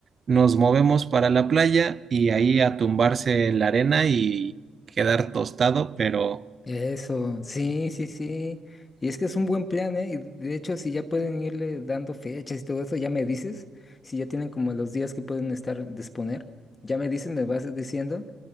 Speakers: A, on the right (about 40°); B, on the left (about 30°).
A: nos movemos para la playa y ahí a tumbarse en la arena y quedar tostado, pero
B: Eso, sí, sí, sí. Y es que es un buen plan, ¿eh? Y de hecho, si ya pueden irle dando fechas y todo eso, ya me dices, si ya tienen como los días que pueden estar disponer, ya me dices, me vas diciendo,